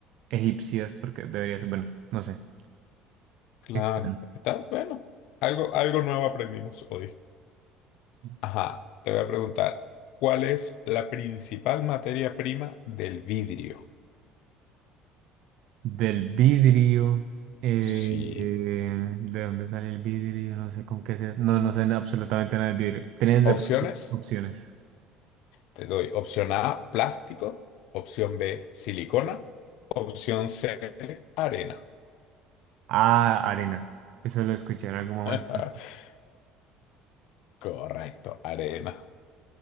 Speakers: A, on the right; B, on the left.
A: egipcias porque debería ser... Bueno, no sé.
B: Claro,
A: Extraño.
B: está bueno. Algo, algo nuevo aprendimos hoy.
A: Sí.
B: Ajá, te voy a preguntar, ¿cuál es la principal materia prima del vidrio?
A: Del vidrio. eh,
B: Sí.
A: ¿de dónde sale el vidrio? No sé con qué se... No, no sé absolutamente nada del vidrio. Tienes
B: Opciones,
A: de pronto opciones.
B: te doy. Opción A, plástico. Opción B, silicona. Opción C, arena.
A: Ah, arena. Eso lo escuché en algún momento.
B: <laughs>
A: no
B: Correcto, arena.